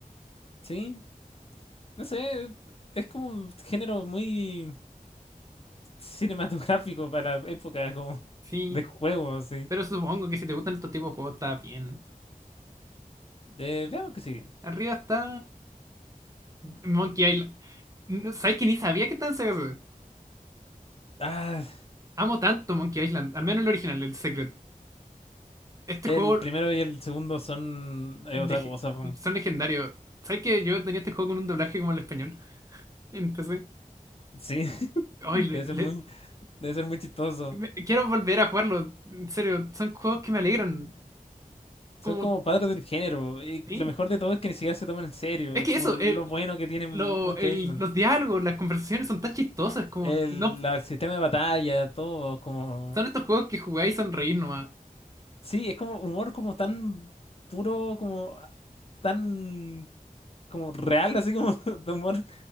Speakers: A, on the left; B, on the right.
A: Sí, no sé. Es como un género muy cinematográfico para la época como
B: Sí,
A: de juego, así.
B: pero supongo que si te gustan estos tipos de juegos está bien.
A: Eh, veamos qué sigue.
B: Arriba está Monkey Island. No, ¿Sabes que ni sabía que estaba en Sega CD?
A: Ah,
B: Amo tanto Monkey Island, al menos el original, el Secret. Este
A: el
B: juego
A: primero y el segundo son eh,
B: lege-
A: otra cosa. po.
B: son legendarios. ¿Sabes que yo tenía este juego con un doblaje como el español? Empecé.
A: Sí, <laughs>
B: Ay,
A: debe
B: le-
A: ser
B: le-
A: muy, debe ser muy chistoso.
B: me- quiero volver a jugarlo. En serio, son juegos que me alegran.
A: Son
B: Como,
A: como padres del género. Y
B: sí.
A: lo mejor de todo es que ni siquiera se toman en serio.
B: Es
A: Es
B: que
A: como
B: eso,
A: lo,
B: el,
A: lo bueno que tiene Monkey
B: lo- el-
A: Island.
B: los diálogos, las conversaciones son tan chistosas, como,
A: El,
B: no,
A: la- el sistema de batalla, todo, como.
B: son estos juegos que jugáis y sonreís nomás.
A: Sí, es como humor como tan puro, como tan como real, así como <laughs> de humor.